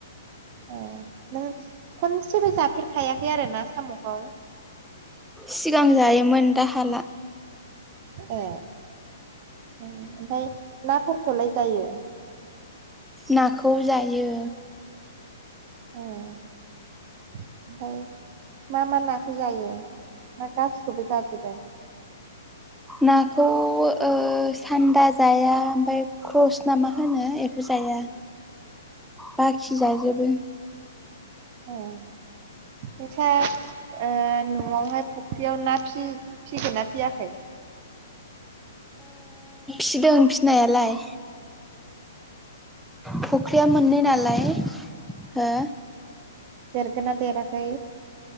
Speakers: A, on the right; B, in the centre.
A: ओ नों खनसेबो जाफेरखायाखै आरो ना साम'खौ?
B: सिगां जायोमोन दा हाला।
A: ए ओमफाय नाफोरखौलाय जायो?
B: नाखौ जायो।
A: ए ओमफाय। मा मा नाखौ जायो ना गासिखौबो जाजोबो?
B: नाखौ ओ सान्दा जाया ओमफाय क्रस ना मा होनो बेखौ जाया जाया बाखि जाजोबो।
A: औ मैथाथ न'आवहाय फुख्रियाव ना फिगोन ना फियाखै
B: फिदों फिनायालाय फुख्रिया मोननै नालाय हो
A: देरगोनना देराखै